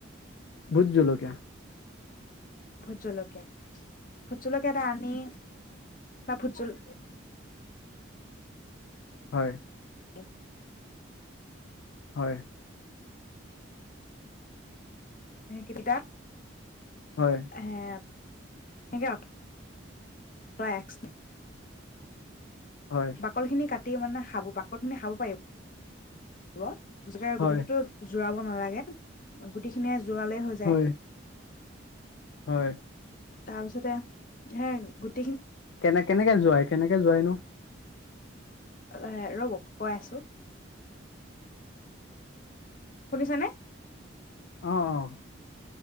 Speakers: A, on the left (about 65°); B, on the left (about 45°).
A: ভোজলকীয়া।
B: ভোজলকীয়া? ভোজলকীয়া এটা আনি - <unintelligible>
A: হয়।
B: <inaudible>
A: হয়।
B: সেইকেইটা-
A: হয়
B: হে <inaudible> প্ৰায় এক্সট্ৰা
A: হয়
B: বাকলি খিনি কাটি কাটি মানে খাব পা <inaudible> মানে খাব পাৰিব। <inaudible> <inaudible>
A: হয়
B: গোটেইটোতো জোৰাব নালাগে গোটেইখিনিয়ে জোৱালেই হৈ যায়।
A: হয় হয়
B: তাৰপিছতে হে গোট
A: কেনে কেনেকে যোৱাই? কেনেকে যোৱাইনো?
B: এ ৰ'ব কৈ আছোঁ। শুনিছানে?
A: অ', অ।